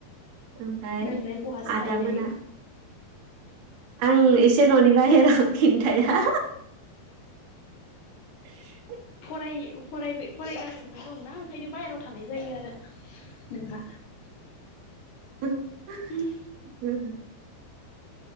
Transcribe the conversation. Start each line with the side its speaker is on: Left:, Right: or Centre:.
Right: ओमफ्राय
Left: नोंलाय बहा सो
Right: आदा
Left: थायो दायो।
Right: मोना आं एसे न'नि बाहेराव खिन्थाया ए
Left: फराय ओ फराय फरायबाय फरायगासिनो नो दंना ओंखायनो बाहेरायाव थानाय जायो आरो नोंहा
Right: ओम
Left: हम
Right: हम